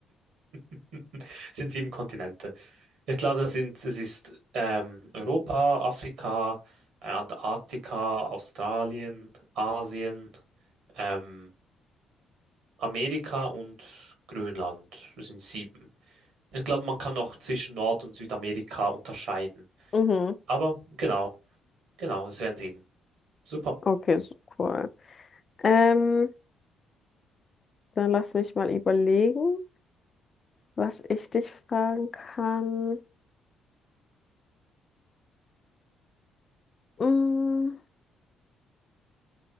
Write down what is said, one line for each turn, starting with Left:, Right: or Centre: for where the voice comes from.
Right: <laughs> sind sieben Kontinente. Ich glaube, das sind, das ist ähm, Europa, Afrika, äh, Antarktika, Australien, Asien, ähm, Amerika und Grönland. Das sind sieben. Ich glaube, man kann noch zwischen Nord- und Südamerika unterscheiden.
Left: Mhm.
Right: Aber genau, genau, es wären sieben. Super.
Left: Okay, so cool. Ähm, dann lass mich mal überlegen, was ich dich fragen kann. Mm.